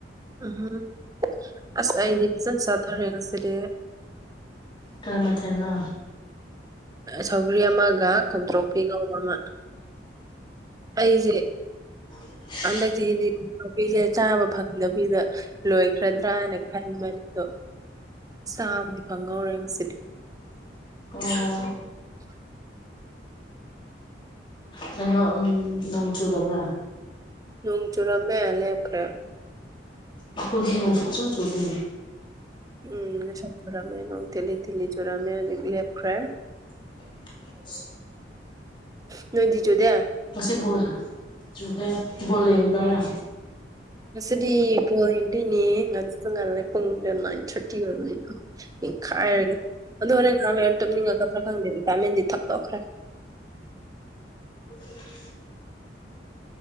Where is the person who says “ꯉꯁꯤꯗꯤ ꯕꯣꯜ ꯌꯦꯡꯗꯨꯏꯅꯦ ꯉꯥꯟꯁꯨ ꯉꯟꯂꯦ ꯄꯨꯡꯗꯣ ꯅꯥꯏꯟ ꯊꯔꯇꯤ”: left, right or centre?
Right